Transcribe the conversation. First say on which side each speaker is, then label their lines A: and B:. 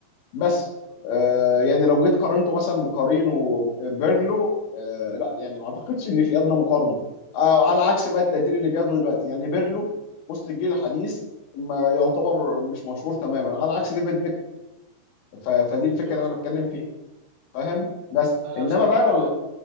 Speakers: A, on the left; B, on the right.
A: بس
B: مم.
A: آه يعني لو جيت قارنته مثلا بقارينه بيرلو آه لا يعني ما اعتقدش ان في ادنى مقارنه آه على عكس بقى التقدير اللي بياخده دلوقتي يعني بيرلو وسط الجيل الحديث ما يعتبر مش مشهور تماما على عكس ديفيد بيكهام ف- فدي الفكره
B: ايوه
A: اللي
B: صح
A: انا بتكلم فيها فاهم بس
B: انا
A: انما
B: بصراحه
A: بقى لو